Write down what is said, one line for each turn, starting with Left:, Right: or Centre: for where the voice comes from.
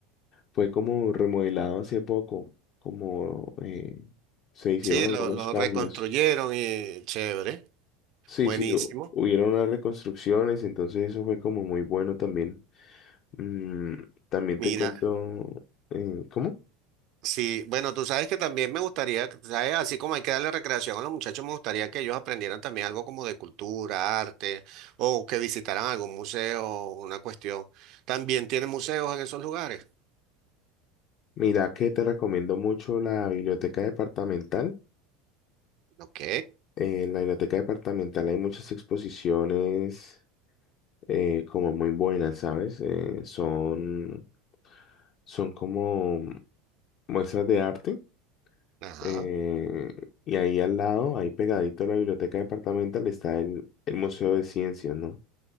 Left: fue como remodelado hace poco, como eh, se hicieron
Right: Sí,
Left: algunos
Right: lo, lo
Left: cambios.
Right: reconstruyeron y chévere,
Left: Sí,
Right: buenísimo.
Left: sí, hu- hubieron unas reconstrucciones, entonces eso fue como muy bueno también. Mm, también
Right: Mira,
Left: te cuento, eh, ¿cómo?
Right: sí, bueno, tú sabes que también me gustaría, ¿sabes? Así como hay que darle recreación a los muchachos, me gustaría que ellos aprendieran también algo como de cultura, arte, o que visitaran algún museo, una cuestión. ¿También tienen museos en esos lugares?
Left: Mira que te recomiendo mucho la biblioteca departamental.
Right: Ok,
Left: Eh, en la biblioteca departamental hay muchas exposiciones eh, como muy buenas, ¿sabes? Eh, son, son como muestras de arte.
Right: ajá.
Left: eh, y ahí al lado, ahí pegadito a la biblioteca departamental, está el, el Museo de Ciencias, ¿no?